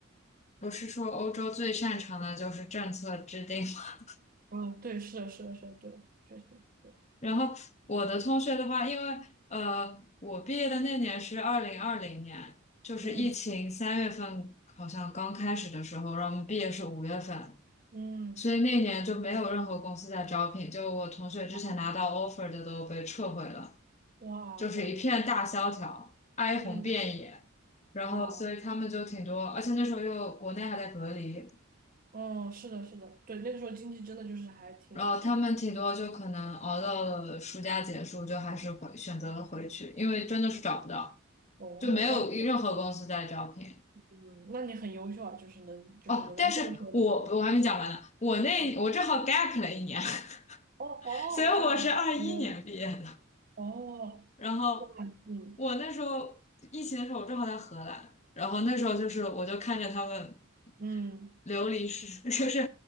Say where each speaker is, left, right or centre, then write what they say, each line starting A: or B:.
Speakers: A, on the left; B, on the right.
A: 不是说欧洲最擅长的就是政策制定吗？
B: 嗯，对，是的，是的，是的，对，确实，对，
A: <laughs> 然后我的同学的话，
B: 哎，
A: 因为呃，我毕业的那年是二零二零年，就是疫情三月份好像刚开始的时候，
B: 嗯。
A: 然后我们毕业是五月份，
B: 嗯，
A: 所以那年就没有任何公司在招聘，就我同学之前拿到
B: 啊，
A: offer 的都被撤回了，
B: 哇哦，
A: 就是一片大萧条，哀鸿遍野。
B: 嗯，
A: 然后所以他们就挺多，
B: 哇，
A: 而且那时候又国内还在隔离，
B: 哦，是的，是的，对，那个时候经济真的就是还挺挺，
A: 然后他们挺多就可能熬到了暑假结束，就还是回选择了回去，因为真的是找不到，
B: 哦，
A: 就没有任何公司在招聘。
B: 哇，那嗯，那你很优秀啊，就是能，就是能在那个时候找到工
A: 哦，但是我我还没讲完呢，我那我正好
B: 作，哦
A: gap 了一年，
B: 哦，
A: <laughs> 所以我是二一年毕业的。
B: 哇，哦哦，
A: 然后
B: 哇，嗯
A: 我那时候疫情的时候，我正好在荷兰，然后那时候就是我就看着他们
B: 嗯，
A: 流离失，<laughs> 就是